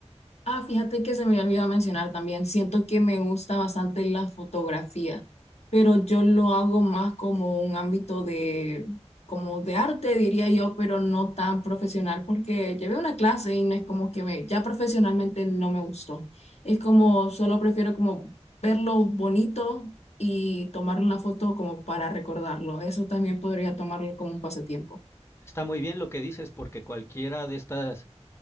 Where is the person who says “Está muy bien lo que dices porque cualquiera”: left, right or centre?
Left